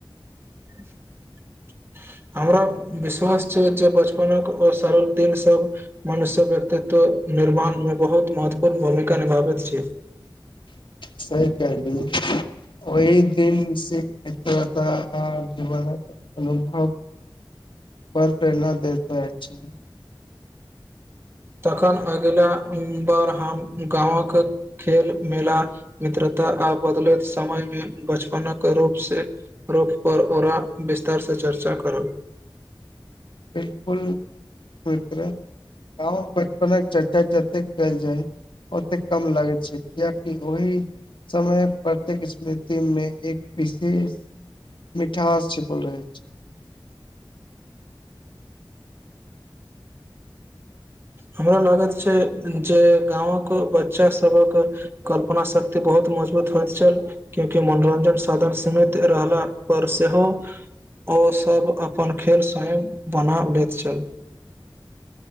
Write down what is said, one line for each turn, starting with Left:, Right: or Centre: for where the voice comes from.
Right: <inaudible>
Left: <inaudible>
Right: हमरा विश्वास छैइ जे बचपनक ओ सरल दिन सब मनुष्यक व्यक्तित्व निर्माण में बहुत महत्वपूर्ण भूमिका निभाबैत छैइ
Left: सही कहलीअई ओहि दिन से मित्रता आ जीवन अनुभव बर प्रेरणा देइत अछि
Right: तखन अगिला बर हम गाँवक खेल मेला मित्र आ बदलैत समय में बचपनक रूप से रूख पर ओरा विस्तारसँ चर्चा करब
Left: बिलकुल मित्र गांव बचपनक चर्चा जैतेक कएल जाय ओतेक कम लगैय छैय कियकि ओहि समय प्रत्येक स्मृति मे एक विशेष मिठास छिपल रहैय छैय <inaudible>
Right: हमरा लागत छैय जे गाँंवक बच्चा सबक कल्पना शक्ति बहुत मज मजबूत होइत छल क्योंकि मनोरंजन साधन सीमित रहला पर सेहो ओसभ अपन खेल स्वयं बना लैत छल